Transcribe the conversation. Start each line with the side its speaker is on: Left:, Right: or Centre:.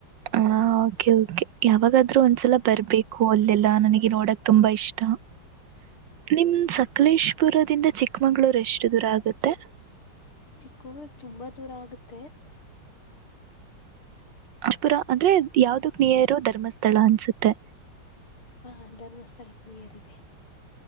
Right: ಹಾ ಓಕೆ ಓಕೆ ಯಾವಾಗಾದ್ರೂ ಒಂದ್ಸಲ ಬರ್ಬೇಕು ಅಲ್ಲೆಲ್ಲಾ ನನಗೆ ನೋಡಕ್ ತುಂಬಾ ಇಷ್ಟ ನಿಮ ಸಕಲೇಶ್ಪುರದಿಂದ ಚಿಕ್ಕಮ್ಗಳೂರ್ ಎಷ್ಟು ದೂರ ಆಗುತ್ತೆ
Left: ಚಿಕ್ಕಳ ತುಂಬಾ ದೂರ ಆಗುತ್ತೆ
Right: ರಜಪುರ <unintelligible> ಅಂದ್ರೆ ಯಾವ್ದ ಕ ನಿಯರ್ ಇರೋ ಧರ್ಮಸ್ಥಳ ಅನ್ಸುತ್ತೆ
Left: ಹಾ ಧರ್ಮಸ್ಥಳಕ್ಕೆ ನಿಯರ್ ಇದೆ